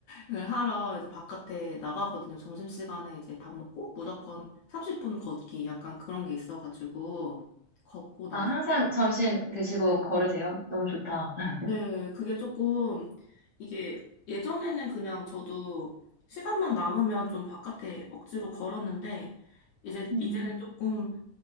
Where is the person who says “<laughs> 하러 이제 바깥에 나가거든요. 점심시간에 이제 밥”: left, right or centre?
Left